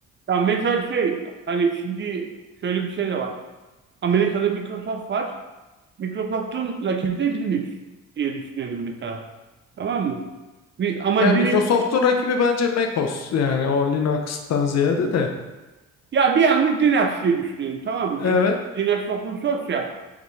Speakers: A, on the right; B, on the left.
A: Yani mesela şey hani şimdi şöyle bir şey de var. Amerika'da Microsoft var. Microsoft'un rakibi de Linux diye düşünelim mesela. Tamam mı? Bir- Ama
B: Yani
A: Linux,
B: Microsoft'un rakibi bence macOS yani o Linux'tan ziyade de.
A: Ya bir anlık din aksi diye düşünüyorum tamam mı?
B: Evet
A: Din din aksi open source ya.